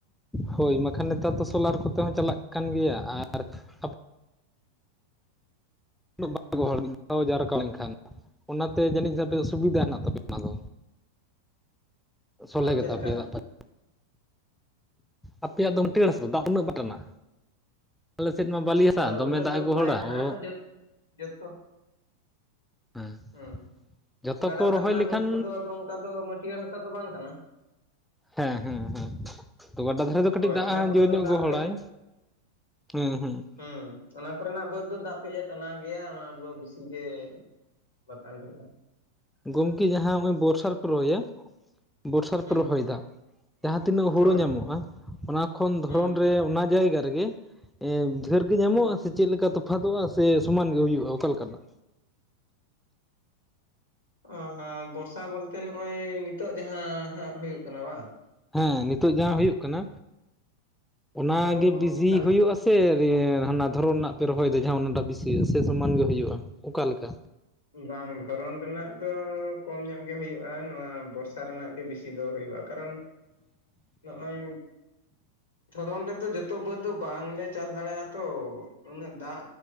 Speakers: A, in the centre; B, on the left.
A: ᱦᱳᱭ ᱵᱟᱠᱷᱟᱱ ᱱᱮᱛᱟᱨ ᱫᱚ ᱥᱳᱞᱟᱨ ᱠᱚᱛᱮ ᱦᱚᱸ ᱪᱟᱞᱟᱜ ᱠᱟᱱ ᱜᱮᱭᱟ, ᱟᱨ ᱟᱯᱮ ᱩᱱᱟ. ᱜ <unintelligible> ᱜᱚᱦᱚᱲ ᱡᱟᱨᱠᱟᱣ ᱞᱮᱱᱠᱷᱟᱱ ᱚᱱᱟᱛᱮ ᱡᱟᱹᱱᱤᱡ ᱟᱯᱮᱫᱚ ᱥᱩᱵᱤᱫᱷᱟ ᱦᱮᱱᱟᱜ ᱛᱟᱯᱮᱭᱟ ᱚᱱᱟ ᱫᱚ᱾ ᱥᱚᱞᱦᱮ ᱜᱮ
B: ᱪᱮᱫ
A: ᱛᱟᱯᱮᱭᱟ
B: ᱞᱮᱠᱟ
A: <unintelligible> ᱟᱯᱮᱭᱟᱜ ᱫᱚ ᱢᱟ. ᱴᱤᱭᱟ. ᱲ ᱦᱟᱥᱟ ᱫᱟᱜ ᱩᱱᱟᱹᱜ ᱵᱟᱴᱟᱱᱟᱜ-ᱟ, ᱟᱞᱮ ᱥᱮᱫ ᱢᱟ ᱵᱟᱹᱞᱤ ᱦᱟᱥᱟ
B: ᱦᱳᱭ
A: ᱫᱚᱢᱮ
B: ᱩᱱᱟᱹᱜ
A: ᱫᱟᱜ
B: ᱫᱚ
A: ᱮ ᱜᱚᱦᱚᱲᱟ
B: ᱵᱟᱭ ᱴᱟᱱᱟ
A: ᱚ
B: ᱟᱫᱚ ᱡᱚᱛ ᱡᱚᱛᱚ
A: ᱦᱮᱸ
B: ᱦᱩᱸ
A: ᱡᱚᱛᱚ
B: ᱜᱟᱰᱟ
A: ᱠᱚ
B: ᱫᱷᱟᱨᱮᱱᱟᱜ
A: ᱨᱚᱦᱚᱭ ᱞᱮᱠᱷᱟᱱ
B: ᱵᱟᱹᱫᱽ ᱠᱚᱫᱚ ᱟᱫᱚ ᱚᱱᱠᱟ ᱫᱚ ᱢᱟᱹᱴᱤᱭᱟᱹᱲ ᱦᱟᱥ ᱦᱟᱥᱟ ᱫᱚ ᱵᱟᱝ ᱠᱟᱱᱟ
A: ᱦᱮᱸ ᱦᱮᱸ ᱦᱮᱸ ᱛᱚ ᱜᱟᱰᱟ ᱫᱷᱟᱨᱮ ᱫᱚ ᱠᱟᱹᱴᱤᱡ
B: ᱦᱳᱭ
A: ᱫᱟᱜ
B: ᱚᱱᱟ ᱠᱚᱨᱮ
A: ᱡᱳᱨ
B: ᱫᱚ
A: ᱧᱚᱜ
B: ᱫᱟᱜ
A: ᱜᱚᱦᱚᱲᱟᱭ, ᱦᱮᱸ ᱦᱩᱸ,
B: ᱦᱮᱸ ᱚᱱᱟ ᱠᱚᱨᱮᱱᱟᱜ ᱵᱟᱹᱫᱽ ᱫᱚ ᱫᱟᱜ ᱠᱟᱹᱡ ᱮ ᱴᱟᱱᱟᱣ ᱜᱮᱭᱟ ᱚᱱᱟ ᱨᱮᱫᱚ ᱵᱮᱥᱤ ᱜᱮ ᱵᱟᱛᱟᱱ ᱦᱩᱭᱩᱜᱼᱟ,
A: ᱜᱚᱢᱠᱮ ᱡᱟᱦᱟᱸ ᱱᱚᱜ-ᱚᱭ ᱵᱚᱨᱥᱟ ᱨᱮᱯᱮ ᱨᱚᱦᱚᱭᱟ ᱵᱚᱨᱥᱟ ᱨᱮᱯᱮ
B: ᱦᱩᱸ
A: ᱨᱚᱦᱚᱭ ᱫᱟ, ᱡᱟᱦᱟᱸ ᱛᱤᱱᱟᱹᱜ ᱦᱩᱲᱩ
B: ᱦᱳᱭ
A: ᱧᱟᱢᱚᱜᱼᱟ ᱚᱱᱟ ᱠᱷᱚᱱ ᱫᱷᱚᱨᱚᱱ
B: ᱦᱩᱸ
A: ᱨᱮ ᱚᱱᱟ ᱡᱟᱭᱜᱟ ᱨᱮᱜᱮ, ᱰᱷᱮᱨ ᱜᱮ ᱧᱟᱢᱚᱜᱼᱟ
B: ᱦᱩᱸ
A: ᱥᱮ ᱪᱮᱫ ᱞᱮᱠᱟ ᱛᱚᱯᱷᱟᱛᱚᱜᱼᱟ ᱥᱮ ᱥᱚᱢᱟᱱ ᱜᱮ ᱦᱩᱭᱩᱜᱼᱟ, ᱚᱠᱟ ᱞᱮᱠᱟᱱᱟᱜ?
B: ᱟ ᱵᱚᱨᱥᱟ ᱵᱚᱞᱛᱮ ᱱᱚᱜᱼᱚᱭ ᱱᱤᱛᱚᱜ ᱡᱟᱦᱟᱸ ᱦᱟᱸᱜ ᱦᱩᱭᱩᱜ ᱠᱟᱱᱟ ᱵᱟᱝ,
A: ᱦᱮᱸ ᱱᱤᱛᱚᱜ ᱡᱟᱦᱟᱸ ᱦᱩᱭᱩᱜ ᱠᱟᱱᱟ ᱚᱱᱟ
B: ᱟᱫᱚ
A: ᱜᱮ ᱵᱤᱡᱤ
B: ᱫᱟᱜ
A: ᱦᱩᱭᱩᱜᱼᱟ, ᱥᱮ <inaudible> ᱦᱟᱱᱟ ᱫᱷᱚᱨᱚᱱ ᱨᱮᱱᱟᱜ ᱯᱮ ᱨᱚᱦᱚᱭ ᱮᱫᱟ ᱡᱟᱦᱟᱸ ᱚᱱᱟᱴᱟᱜ ᱵᱮᱥᱤ ᱦᱩᱭᱩᱜᱼᱟ ᱥᱮ ᱥᱚᱢᱟᱱ ᱜᱮ ᱦᱩᱭᱩᱜᱼᱟ ᱚᱠᱟᱞᱮᱠᱟ,
B: ᱵᱟᱝ ᱫᱷᱚᱨᱚᱱ ᱨᱮᱱᱟᱜ ᱫᱚ ᱠᱚᱢ ᱧᱚᱜ ᱜᱮ ᱦᱩᱭᱩᱜᱼᱟ ᱱᱚᱣᱟ ᱵᱚᱨᱥᱟ ᱨᱮᱱᱟᱜ ᱜᱮ ᱵᱤᱥᱤ ᱫᱚ ᱦᱩᱭᱩᱜᱼᱟ, ᱠᱟᱨᱚᱱ ᱱᱚᱜ-ᱚᱭ ᱫᱷᱚᱨᱚᱱ ᱜᱮᱛᱚ ᱡᱚᱛ ᱛᱚ ᱵᱟᱹᱫᱽ ᱫᱚ ᱵᱟᱝᱞᱮ ᱪᱟᱥ ᱫᱟᱲᱮᱭᱟᱜ-ᱟ ᱛᱚ, ᱩᱱᱟᱹᱜ ᱫᱟᱜ